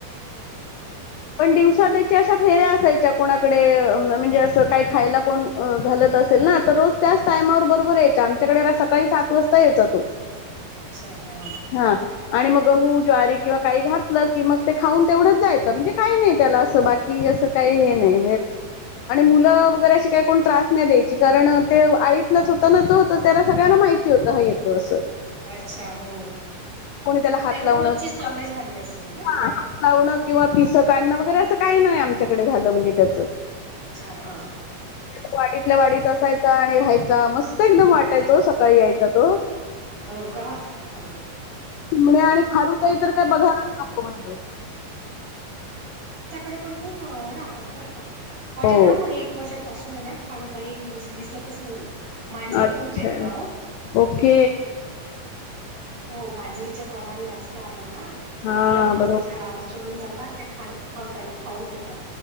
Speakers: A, on the right (about 55°); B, on the left (about 85°).
A: हम्म हम्म हम्म
B: दिव अश फेऱ्या असा कोकडे म्हणजे अस काही खायला घालत असेल ना तर रोज त्याच टायमावर बरोबर यायच्या आमच्याकडे सकाळी सात वाजता यायचा तो
A: अच्छा हा
B: हा आणि मग गहू ज्वारी किंवा काही घातलं की मग ते खाऊन तेवढंच जायचं म्हणजे काही नाही त्याला असं बाकी का नाही मु वै का त्रास नाही द्या कारण आ होता ना त होत त्याला सगळ्यांना माहिती होत ह येतो अस
A: अच्छा हो
B: कोणी हात
A: त्याला
B: लावणं
A: रोजची
B: किंवा
A: सवय झाली असेल ना
B: हा
A: येण्याची
B: हात लावणं किंवा पिसं काढणं वगैरे असं काही नाही आमच्याकडे झालं म्हणजे त्याचं
A: अच्छा हा
B: वाढतल्या वाढत असाय आणि राहायचा मस्त एकदम वाटायचो सकाळी यायचा तो
A: हो का हो
B: िणे आणि खारु तई तर काय बघायलाच नको म्हणजे
A: हो आमच्याकडे पण खूप राहतात बरं का पण
B: हो
A: ना मग एक वर्ष पासून आहे ना खाऊताई म्हणजे दिसतच नाही. मांजरीे
B: अच्छा
A: खूप येत ना हो.
B: ओके
A: हो माजरींच प्रमाण जास्त आहे ना
B: हा
A: या माजरी
B: बरोबर
A: झाडावर चडून जाता आणि ते खारुताई खताना खाऊन घेतात